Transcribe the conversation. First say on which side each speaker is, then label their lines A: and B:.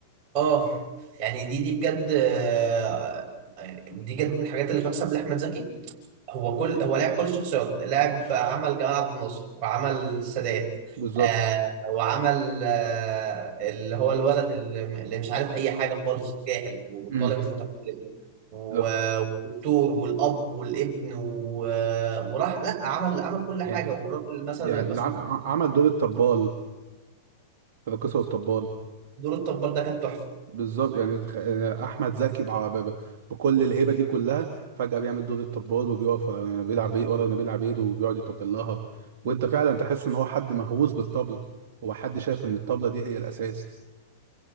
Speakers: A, on the right; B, on the right.
A: اه يعني دي دي بجد آه، يعني دي بجد من الحاجات اللي تحسب لاحمد زكي هو كل هو لعب كل الشخصيات لعب عمل جمال عبد الناصر وعمل السادات
B: بالظبط
A: آه وعمل آه اللي هو الولد اللي اللي مش عارف اي حاجه خالص جاهل والطالب
B: امم
A: المتعلم و-
B: لا
A: والدكتور والاب والابن و... وراح لا عمل عمل كل حاجه
B: يعني
A: والراجل مثلا
B: يعني
A: المسؤول
B: الع- ع- عمل دور الطبال في الراقصه والطبال
A: دور الطبال ده كان تحفه
B: بالظبط يعني تخ- يعني احمد زكي بع- ب- ب- بكل الهيبه دي كلها فجاه بيعمل دور الطبال وبيقف ورا نبيل عبيد ورا نبيل عبيد وبيقعد يطبل لها وانت فعلا تحس ان هو حد مهووس بالطبله هو حد شايف ان الطبله دي هي الاساس